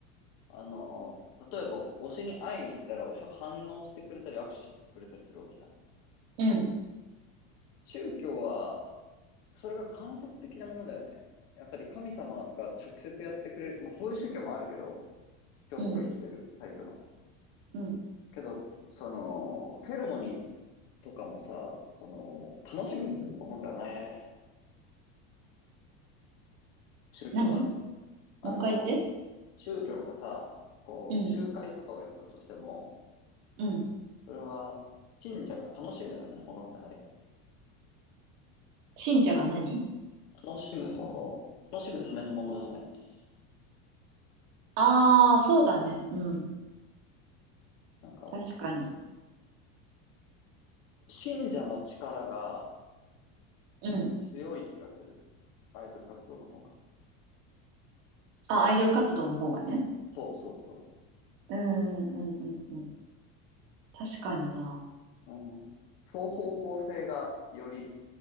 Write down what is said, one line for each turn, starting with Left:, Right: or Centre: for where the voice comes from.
Left: あの、例えば推しに会いに行ったら推しは反応してくれたり握手してくれたりするわけじゃん。
Right: うん、
Left: 宗教は、それが間接的なものだよね。やっぱり神様が直接やってくれる、まあそういう宗教もあるけど、教祖が生きてるタイプの。
Right: うん、うん。
Left: けど、その、セレモニーとかもさ、その、楽しむものではない、宗教はね。
Right: 何
Left: あの、
Right: もう一回言って。
Left: 宗教がさ、こう、
Right: うん、
Left: 集会とかをやったとしても、
Right: うん。
Left: それは、信者が楽しむものじゃない。
Right: 信者が何
Left: 楽しむものを、楽しむためのものじゃない。
Right: ああー、そうだね。うん、
Left: なんか、
Right: 確かに。
Left: 信者の力が
Right: うん。
Left: 強い気がする。アイドル活動の方が。
Right: あ、アイドル活動の方がね。
Left: そうそうそ
Right: うん、うん、うん、うん。確かにな。
Left: う。うん、双方向性がより